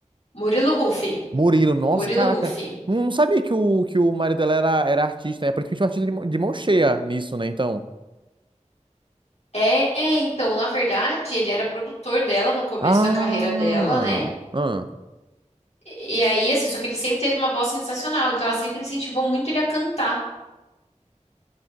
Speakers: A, on the left; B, on the right.
A: Murilo Huff.
B: Murilo, nossa,
A: Murilo
B: caraca.
A: Huff.
B: Não, não sabia que o, que o marido dela era, era artista, né? Aparentemente um artista de, mão- de mão cheia nisso, né? Então.
A: É, então, na verdade, ele era produtor dela no começo
B: Ah,
A: da carreira dela, né?
B: ah,
A: E aí, assim, só que ele sempre teve uma voz sensacional, então ela sempre incentivou muito ele a cantar.